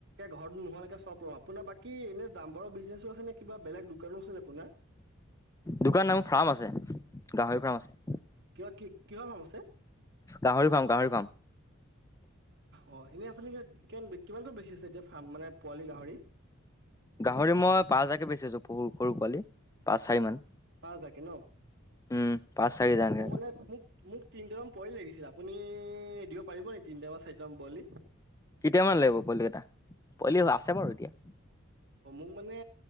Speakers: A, on the right; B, on the left.
A: ঘৰতো নোহোৱৈকে চব লওঁ আপোনাৰ বাকী এনে দম্পাৰৰ বিজনেছো আছে নে কিবা বেলেগ দোকানো আছিল আপোনাৰ।
B: দোকান নাই মোৰ ফাৰ্ম আছে গাহৰি ফাৰ্ম আছে।
A: কিয় কি কিহৰ ফাৰ্ম আছে।
B: গাহৰি ফাৰ্ম গাহৰি ফাৰ্ম।
A: অ এনেই আপুনিমান কিমান কিমানকৈ বেছি আছে এতিয়া ফ্ম মানে পোৱালি গাহৰি।
B: গাহৰি মই পাঁ হাজাকে বেচি আছো পৰু সৰু পোৱালি পাঁচ চাৰি মান।
A: পাছ হাজাৰ কে ন
B: উম পাঁচ চাৰি হাজাৰকে
A: মোৰ মানে মোক। মোক তিনিটামান পোৱালি লাগিছিল আপুনি দিব পাৰিব নেকি তিনিটামান চাৰিটামান পোৱালি।
B: কেতিয়ামান লাগিব পোৱালি কেটা পোৱালি আছে বাৰু এতিয়া।
A: অ', মোক মানে